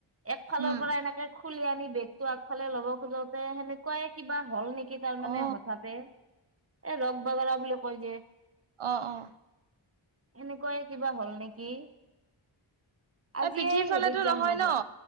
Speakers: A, on the right (about 30°); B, on the right (about 85°).
A: একফালৰ
B: উম
A: পৰা এনেকে খুলি আনি বেগতটো আগফালে ল'ব খোজোতে সেনেকুৱাই কিবা হ'ল নেকি তাৰ মানে
B: অ
A: হঠাতে এই ৰক বাগাৰ বুলি কয় যে
B: অ অ
A: এনেকুৱাই কিবা হ'ল নেকি আজিয়
B: পিঠিৰ
A: এই
B: ফালেতো
A: হেৰিত যাম
B: নহয়
A: ৰ'ব
B: ন